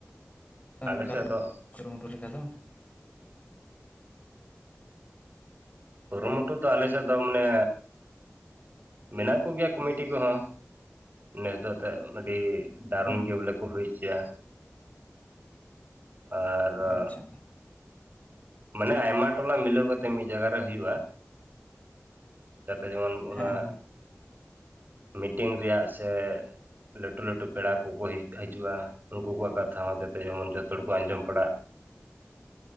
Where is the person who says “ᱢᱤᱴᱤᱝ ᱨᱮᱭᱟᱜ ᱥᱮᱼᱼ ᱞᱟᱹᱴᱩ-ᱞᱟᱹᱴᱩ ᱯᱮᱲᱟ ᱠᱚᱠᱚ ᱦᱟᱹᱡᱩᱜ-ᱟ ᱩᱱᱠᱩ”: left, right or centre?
Right